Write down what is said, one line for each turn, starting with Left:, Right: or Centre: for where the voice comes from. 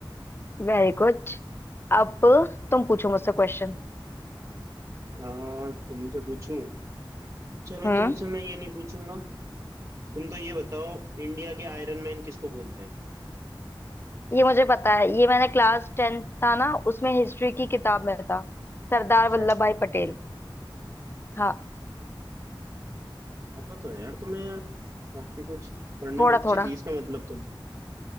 Left: Very good अब तुम पूछो मुझसे क्वेश्चन
Right: आ, तुमसे पूछूं चलो
Left: हम्म
Right: तुमसे मैं ये नहीं पूछूंगा तुम तो ये बताओ इंडिया के आयरन मैन किसको बोलते हैं
Left: ये मुझे पता है ये मैंने क्लास टेंथ था ना उसमें हिस्ट्री की किताब में था सरदार
Right: अच्छा
Left: वल्लभ भाई पटेल हाँ
Right: पता तो है यार तुम्हें यार काफी कुछ पढ़ने
Left: थोड़ा
Right: में अच्छी
Left: थोड़ा
Right: थी इसका मतलब तुम